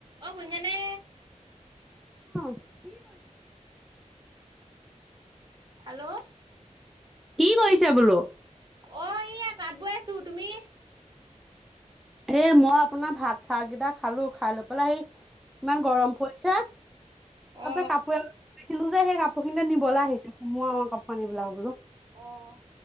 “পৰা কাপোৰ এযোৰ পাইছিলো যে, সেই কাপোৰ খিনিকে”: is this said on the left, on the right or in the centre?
Centre